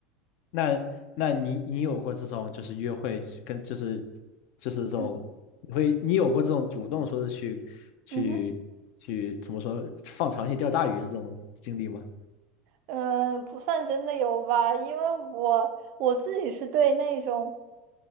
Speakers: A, on the left; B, on the right.
A: 那那你你有过这种就是约会去跟就是就是这种你会你有过这种主动说是去去去怎么说放长线钓大鱼的这种经历吗？
B: 嗯嗯哼。嗯，呃不算真的有吧，因为我我自己是对那种